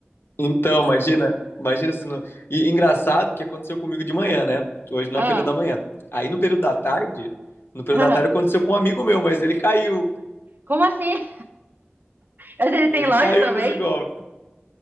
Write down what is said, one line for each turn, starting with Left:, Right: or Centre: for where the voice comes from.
Left: então, imagina, imagina se não... E engraçado que aconteceu comigo de manhã, né? Hoje não
Right: Ah,
Left: é período da manhã. Aí no período da tarde, no período
Right: ah.
Left: da tarde aconteceu com um amigo meu, mas ele caiu.
Right: Como assim? <laughs> Mas ele
Left: Ele
Right: tem loja
Left: caiu
Right: também?
Left: nesse golpe.